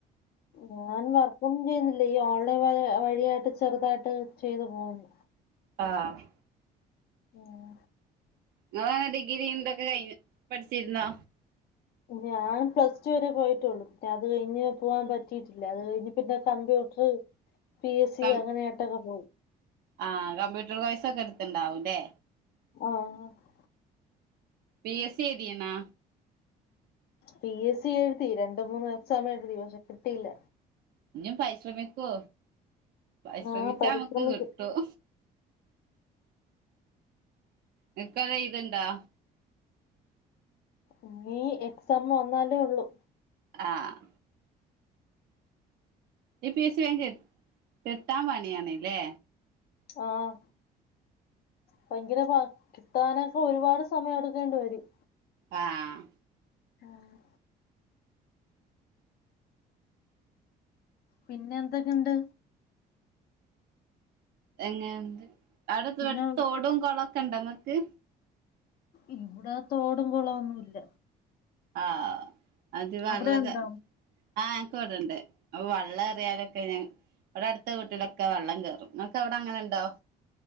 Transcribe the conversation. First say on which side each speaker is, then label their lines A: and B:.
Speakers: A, on the left; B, on the right.
A: ഞാൻ വർക്കൊന്നും ചെയ്യുന്നില്ല. ഈ ഓൺലൈൻ വ വഴിയായിട്ട് ചെറുതായിട്ട് ചെയ്തു പോവുന്ന
B: ആഹ്
A: ഉം.
B: ഞളെ ഡിഗ്രിം തൊക്കെ കഴിഞ്ഞോ പഠിച്ചിരുന്നോ
A: <inaudible> ഞാൻ പ്ലസ് ടു വരെ പോയിട്ടൊള്ളു പിന്നത് കഴിഞ്ഞ് പോവാൻ പറ്റിയിട്ടില്ല, അത് കഴിഞ്ഞ് പിന്നെ കമ്പ്യൂട്ടർ പി എസ് സി
B: കം
A: അങ്ങനെയാട്ടൊക്കെ പോവും
B: ആഹ് കമ്പ്യൂട്ടർ കോഴ്സൊക്കെട് ത്ത്‌ണ്ടാവു ല്ലേ
A: ആഹ് ഹ
B: പി എസ് സി എയ്തീന്നാ
A: പി എസ് സി എഴുതി. രണ്ട് മൂന്ന് എക്സാം എഴുതി, പക്ഷെ കിട്ടിയില്ല
B: ഇഞ്ഞും പരിശ്രമിക്കൂ പരിശ്രമിച്ചാമ്മക്ക്
A: ആഹ് പരിശ്രമിക്കും
B: കിട്ടും ങ്ങക്കത് എയ്ത്ണ്ടാ
A: ഇനീ എക്സാമ് വന്നാലേ ഉള്ളൂ
B: ആഹ് ഈ എ പി എസ് സി വേം കി കിട്ടാംപണിയാണ് ല്ലേ
A: ആഹ് ഭയങ്കര പാട് കിട്ടാനൊക്കെ ഒരുപാട് സമയം എടുക്കേണ്ടി വരും
B: ആഹ്
A: ആഹ് പിന്നെന്തൊക്കെണ്ട്
B: എങ്ങനെ അവടെ
A: പിന്നെ
B: അടുത്ത് തോടും കൊളൊക്കെണ്ട് ങ്ങക്ക്
A: ഇവിടെ തോടും കുളവൊന്നു ഇല്ല
B: ആഹ് അത് വള്ളക്കെ
A: അവിടെ ഉണ്ടോ
B: ആഹ് ഞങ് ക്ക് വടണ്ട്. അപ്പൊ വള്ളേറിയാലൊക്കെ ഞങ് വടെട്ത്ത വീട്ട്ലൊക്കെ വള്ളം കേറും. ങ്ങക്കവിടങ്ങനെണ്ടോ